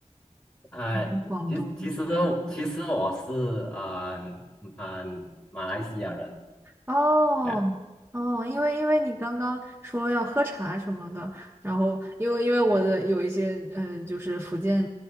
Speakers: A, on the left; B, on the right.
A: 哎，
B: 还是广东之类的
A: 其实其实其实我是啊嗯、嗯马来西亚人
B: 哦
A: 呀。
B: 哦，因为因为你刚刚说要喝茶什么的，然后因为因为我的有一些嗯、呃就是福建